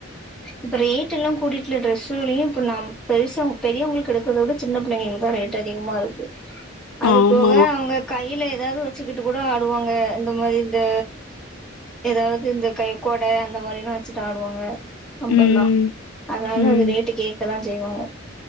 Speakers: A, in the centre; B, on the left.
A: இப்ப ரேட் எல்லா கூடிட்டுல டிரெஸ் விலையு இப்ப ந பெருச பெரியவங்களுக்கு எடுக்கறதை விட சின்ன பிள்ளைங்கத ரேட் அதிகமா இருக்கு அது
B: ஆமா
A: போக அவுங்க கயில ஏதாவ ச்சக்கிட்டு கூட ஆடுவாங்க இந்த மாரி இந்த ஏதாவது இந்த கைக்கொடை அந்த மாரிலா வச்சுட்டு ஆடுவாங்க அம்பர்லா
B: ம்
A: அதனால
B: ம்
A: அது ரேட்டு கேக்கதா ஜெய்வாங்க